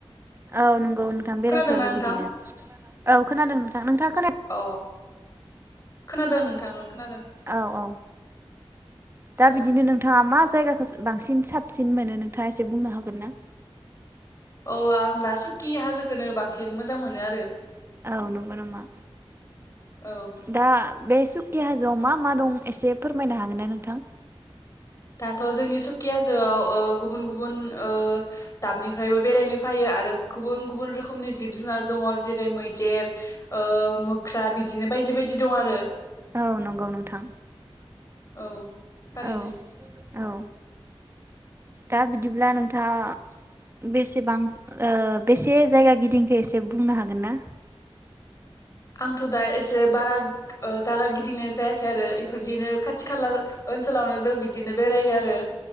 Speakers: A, on the right (about 25°); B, on the left (about 35°).
A: औ नंगौ नोंथां बेरायफेरबाय
B: खोनादोंना नोंथां
A: बिदिनो। औ खोनादों नोंथां नोंथाङ।
B: अ खोनादों नोंथां ओं खोनादों
A: औ औ दा
B: औ
A: बिदिनो नोंथाङा मा जायगाखौ बांसिन साबसिन मोनो नोंथाङा एसे बुंनो हागोन ना?
B: औ आं दा सुकि हाजोखौनो बांसिन मोजां मोनो आरो।
A: औ नंगौ नामा
B: औ
A: दा। बे सुकि हाजोआव मा मा दं एसे फोरमायनो हागोन ना नोंथां?
B: दाथ' जोंनि सुखि हाजोआव ओ गुबुन गुबुन ओ दाबनिफ्रायबो बेरायनो फायो आरो गुबुन गुबुन रोखोमनि जिब जुनार दङ जेरै मैदेर ओ मोख्रा बिदिनो बायदि बायदि दं आरो।
A: औ नंगौ नोंथां।
B: औ थारैनो।
A: औ औ दा बिदिब्ला नोंथाङा बेसेबां ओ बेसे जायगा गिदिंखो एसे बुंनो हागोन ना?
B: आंथ' दा एसे बारा ओ जागा गिदिंनाय जायाखै आरो इफोरदिनो खाथि खाला ओनसोलावनो जों बिदिनो बेरायो आरो।